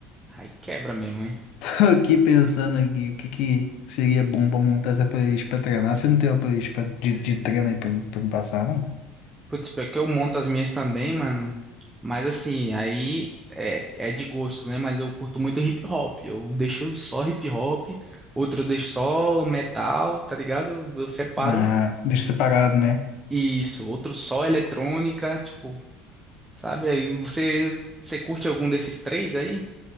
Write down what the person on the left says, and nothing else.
Aqui pensando aqui, o que que seria bom pra montar essa playlist pra treinar? Você não tem uma playlist pra- de, de treino aí pra, pra me passar, não?
Ah, deixa separado, né?